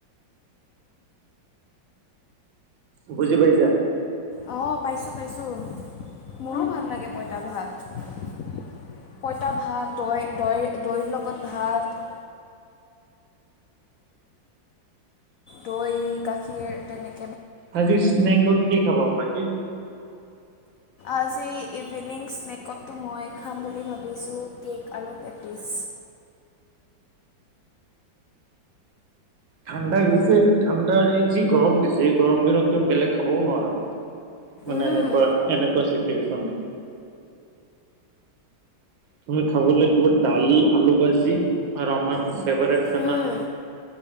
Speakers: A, on the right; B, on the left.
A: বুজি পাইছা?
B: অ', পাইছোঁ পাইছোঁ মোৰো ভাল লাগে পঁইতা ভাত। পঁইতা ভাত তই তই দৈৰ লগত ভাত দৈ গাখীৰ তেনে
A: আজি স্নেকত কি খাবা বাকী?
B: আজি ইভিনিং স্নেকত মই খাম বুলি ভাবিছোঁ কে'ক আৰু পেটিছ।
A: ঠাণ্ডা আহিছে ঠাণ্ডা এই যি গৰম দিছে গৰম দিনত তুমি বেলেগ খাবও নোৱাৰা। মানে
B: উম,
A: এনেকুৱা এনেকুৱা চিটুৱেচন তুমি খাব লাগিব দালি, আলু ভাজি আৰু আমাৰ ফেভাৰেট খানা
B: উম,